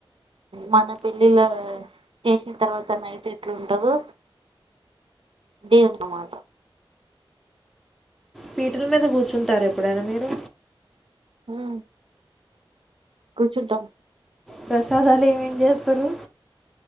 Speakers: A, on the right; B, in the centre.
A: మన పళ్లిలు చేసిన తర్వాత నైట్ ఎట్లా ఉంటాధో దేర్ అనామట
B: పీటల మీద కూర్చుంటారు ఎప్పుడైనా మీరు
A: హ్మ్ కుర్చుంటం
B: ప్రసాదాలు ఏమే ఏమే చేస్తారు